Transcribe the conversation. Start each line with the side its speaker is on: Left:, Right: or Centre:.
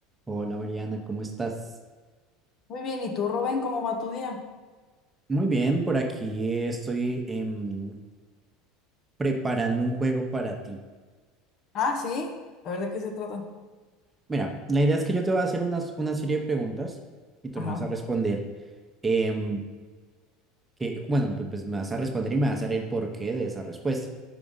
Right: Hola Mariana, ¿cómo estás?
Left: Muy bien, ¿y tú, Rubén, cómo va tu día?
Right: Muy bien, por aquí estoy em, preparando un juego para ti.
Left: Ah, sí, a ver de qué se trata.
Right: Mira, la idea es que yo te voy a hacer unas, una serie de preguntas y tú
Left: Ajá,
Right: me vas a responder, em, que, bueno, pues pues me vas a responder y me vas a dar el porqué de esa respuesta.